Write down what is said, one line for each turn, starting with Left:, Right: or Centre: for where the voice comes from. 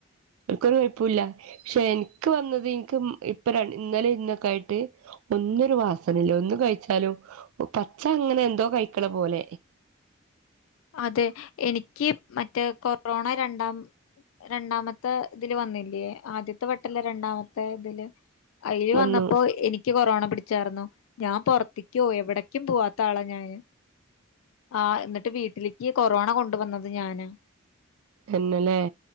Right: എനിക്കൊരു കൊഴപ്പഇല്ല പക്ഷെ എനിക്ക് വന്നത് എനിക്ക് ഇപ്പ ഇന്നലെ ഇന്നൊക്കെ ആയിട്ട് ഒന്നൊരു വാസനല്ല ഒന്ന് കഴിച്ചാലും പച്ച അങ്ങനെ എന്തോ കഴിക്കണ പോലെ
Left: അതെ എനിക്ക് മറ്റേ കൊറോണ രണ്ടാം രണ്ടാമത്തെ ഇതില് വന്നില്ലേ ആദ്യത്തെ വെട്ടല്ല രണ്ടാമത്തെ ഇതില് അയില്
Right: വന്നു
Left: വന്നപ്പോ എനിക്ക് ക്ക് കൊറോണ പിടിച്ചായിരുന്നു ഞാൻ പുറത്തേക്കോ എവിടേക്കും പോവാത്ത ആളാ ഞാന് ആ എന്നിട്ട് വീട്ടിലേക്ക് കൊറോണ കൊണ്ട വന്നത് ഞാന
Right: തന്നല്ലേ